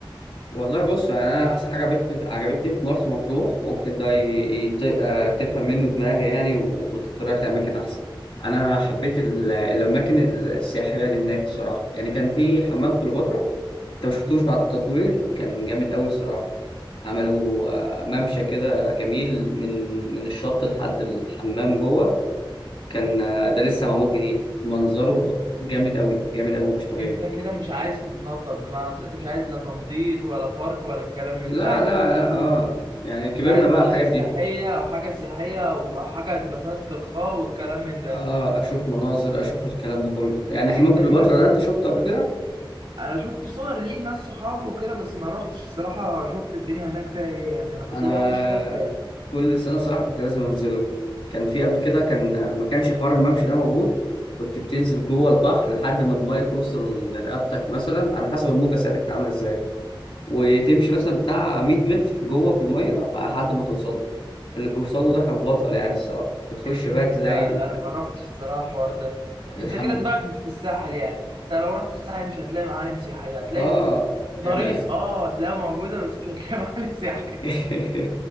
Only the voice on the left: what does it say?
والله بص يعني انا احسن حاجه عجبتني عجبتني في مرسى مطروح ممكن ده ي- يت- آه، تفهم منه دماغي يعني و- وتقترح لي اماكن احسن انا حبيت ال- الاماكن السياحيه اللي هناك الصراحه يعني كان في حمام كليوباترا انت ما شفتوش بعد التطوير كان جامد قوي الصراحه عملوا آه، ممشى كده جميل من من الشط لحد الحمام جوه كان آه، ده لسه معمول جديد منظره ط- جامد قوي جامد قوي مش طبيعي
لا
لا
لا
اه يعني
كبرنا
بقى
على الحاجات
دي
اه اشوف مناظر اشوف الكلام ده كله يعني حمام
كليوباترا
ده انت شفته قبل كده
انا
كل سنه صراحه كنت لازم انزله كان في قبل كده كان ما كانش حوار الممشى ده موجود كنت بتنزل جوه البحر لحد ما المايه توصل لرقبتك مثلا على حسب الموجه ساعتها كانت عامله ازاي وتمشي مثلا بتاع 100 متر جوه في المايه لحد ما توصل اللي بيوصله ده كان بطل يعني الصراحه بتخش
بقى تلاقي
ال-
الحم
اه
يعني
<laughs>